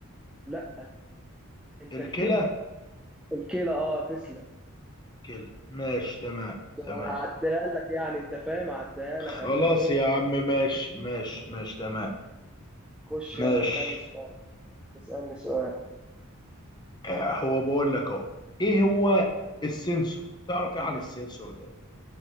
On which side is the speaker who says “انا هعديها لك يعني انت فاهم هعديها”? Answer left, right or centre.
Centre